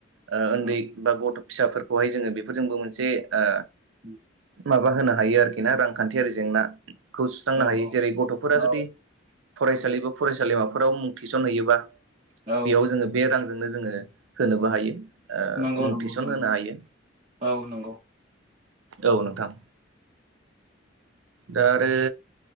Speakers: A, on the right; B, on the right.
A: ओ
B: बेफोरजोंनो
A: ओन्दै बा गथ' फिसाफोरखौहाय जोङो बेफोरजोंबो मोनसे ओ
B: उम
A: माबा होनो हायो आरोखि ना रांखान्थियारि जेंनाखौ सुस्रांनो
B: औ
A: हायो जेरै गथ'फोरा
B: औ
A: जुदि फरायसालिबो फरायसालिमाफोराव मुं थिसनहैयोबा
B: औ
A: बेयाव जोङो बे रांजो जोंनो जो‌‌ङो होनोबो हायो। ओ
B: नंगौ
A: मुं
B: नंगौ
A: थिसन
B: नंगौ
A: होनो हायो
B: औ नंगौ
A: औ नोंथां। दा आरो